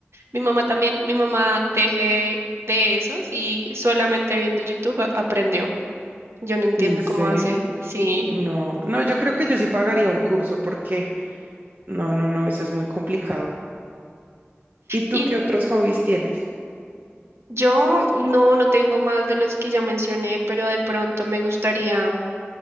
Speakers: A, on the right; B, on the right.
A: Mi mamá también, mi mamá teje de esos y solamente viendo YouTube a- aprendió. Yo no entiendo
B: ¿En serio?
A: cómo hace, sí.
B: No, no, yo creo que yo sí pagaría un curso porque no, no, no, eso es muy complicado. ¿Y tú
A: Y
B: qué otros hobbies tienes?
A: yo no, no tengo más de los que ya mencioné, pero de pronto me gustaría